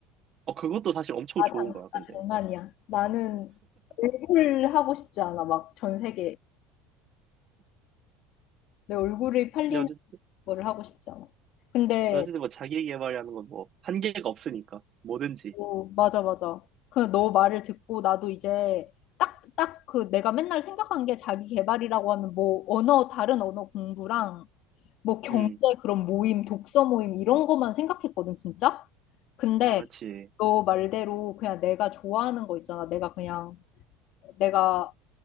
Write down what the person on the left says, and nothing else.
아,
장,
아, 장난이야. 나는 얼굴 하고 싶지 않아. 막 전 세계 내 얼굴이 팔리는
거를 하고 싶지 않아. 근데
오, 맞아 맞아. 그 너 말을 듣고 나도 이제 딱 딱 그 내가 맨날 생각한 게 자기 개발이라고 하면 뭐 언어 다른 언어 공부랑 뭐 경제
그런 모임, 독서 모임 이런 것만 생각했거든, 진짜. 근데
너 말대로 그냥 내가 좋아하는 거 있잖아. 내가 그냥 내가